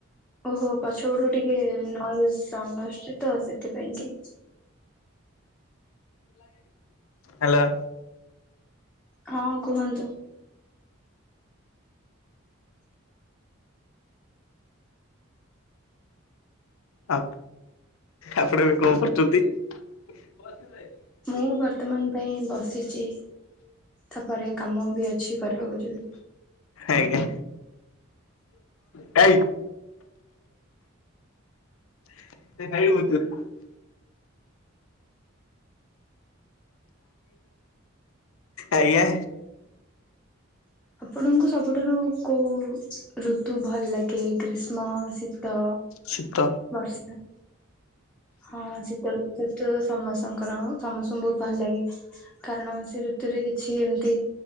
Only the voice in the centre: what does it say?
ଓ ହୋ ପଛପଟରୁ ଟିକିଏ ନଏଜ୍ ସାଉଣ୍ଡ ଆସୁଛି ତ ସେଥିପାଇଁ କି।
ହଁ କୁହନ୍ତୁ।
ମୁଁ ବର୍ତ୍ତମାନ ପାଇଁ ବସିଚି ତାପରେ କାମ ବି ଅଛି କରିବାକୁ ଯିବି।
ଆପଣଙ୍କୁ ସବୁଠାରୁ କୋଉ ଋତୁ ଭଲ ଲାଗେ? କେ ଗ୍ରୀଷ୍ମ, ଶୀତ,
ବର୍ଷା। ହଁ ଶୀତ ଋତୁ ତୁ ସମସ୍ତଙ୍କର ସମସ୍ତଙ୍କୁ ବହୁତ ଭଲ ଲାଗେ। କାରଣ ସେ ଋତୁରେ କିଛି ଏମିତି